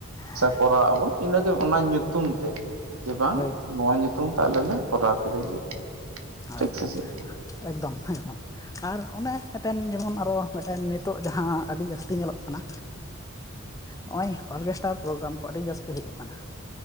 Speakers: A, on the left; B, on the right.
A: ᱦᱳᱭ
B: ᱠᱚᱨᱟᱣ ᱟᱵᱚᱱ ᱤᱱᱟᱹᱜᱮ ᱚᱱᱟ ᱧᱩᱛᱩᱢ ᱛᱮ ᱡᱮ ᱵᱟᱝ
A: ᱦᱳᱭ
B: ᱱᱚᱣᱟ ᱧᱩᱛᱩᱢ ᱛᱟᱞᱮ ᱞᱮ ᱠᱚᱨᱟᱣ ᱠᱮᱫ ᱡᱮ
A: ᱦᱳᱭ
B: ᱴᱷᱤᱠ ᱥᱮ ᱪᱮᱫ
A: ᱮᱠᱫᱚᱢ ᱮᱠᱫᱚᱢ ᱟᱨ ᱚᱱᱮ ᱢᱤᱫ ᱴᱮᱱ ᱡᱮᱢᱚᱱ ᱟᱨᱚ ᱢᱤᱫ ᱴᱮᱱ ᱱᱤᱛ ᱱᱤᱛᱚᱜ ᱡᱟᱦᱟᱸ ᱟᱹᱰᱤ ᱡᱟᱹᱥᱛᱤ ᱧᱮᱞᱚᱜ ᱠᱟᱱᱟ ᱱᱚᱜᱼᱚᱭ ᱚᱨᱜᱮᱥᱴᱟᱨ ᱯᱨᱳᱜᱨᱟᱢ ᱠᱚ ᱟᱹᱰᱤ ᱡᱟᱹᱥᱛᱤ ᱦᱩᱭᱩᱜ ᱠᱟᱱᱟ᱾